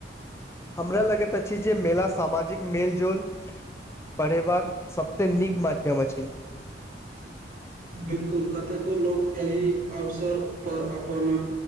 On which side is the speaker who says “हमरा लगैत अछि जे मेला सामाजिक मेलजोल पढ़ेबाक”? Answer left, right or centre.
Left